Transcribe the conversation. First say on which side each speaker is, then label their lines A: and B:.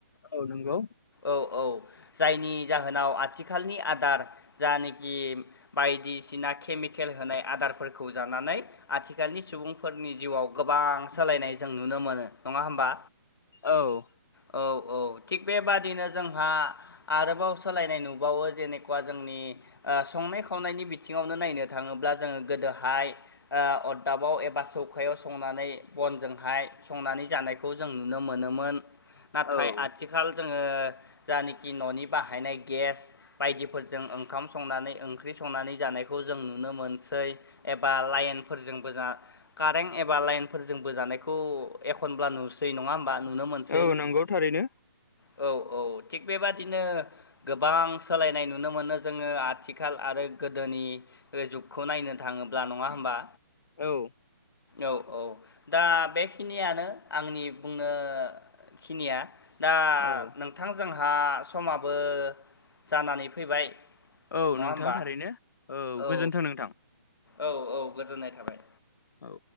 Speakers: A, on the left; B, on the left.
A: औ नोंगौ।
B: औ औ जायनि जाहोनाव आथिखालनि आदार जानखि बायदिसिना केमिकेल होनाय आदारफोरखौ जानानै आथिखालनि सुबुंफोरनि जिउआव गोबां सोलायनाय जों नुनो मोनो नङा होमबा?
A: औ।
B: औ औ थिग बेबादिनो जोंहा आरोबाव सोलायनाय नुबावो जेनेखा जोंनि संनाय खावनायनि बि थिङावनो नायनो थाङोब्ला जोङो गोदोहाय अरदाबाव एबा सौ खायाव संनानै बनजोंहाय संनानै जानायखौ जों नुनो मोनोमोन। नाथाय
A: औ
B: आथिखाल जोङो जानखि न'नि बाहायनाय गेस बायदिफोरजों ओंखाम संनानै ओंख्रि संनानै जखौ जों नुनो मोनसै एबा लाइनफोरजों बोजा कारेन्ट एबा लाइन फोरजोंबोो जानायखौ एखनब्ला नुसै नङा होम बा नुनो मोनस
A: औ नंगौ थारैनो
B: औ औ थि बेबादिनो। गोबां सोलायनाय नुनो मोनो जोङो आथिखाल आरो गोदोनि रो जुगखौ नायनो थाङोब्ला नङा होमबा?
A: औ।
B: औ औ दा बेखिनियानो आंनि बुंनो खिनिया दा
A: औ
B: नोंथां जोंहा समाबो जानानै फैबाय।
A: औ
B: नङा
A: नोंथां
B: होमबा
A: थारैनो औ
B: औ
A: गोजोन्थों नोंथां।
B: औ औ गोजोननाय थाबाय।
A: औ।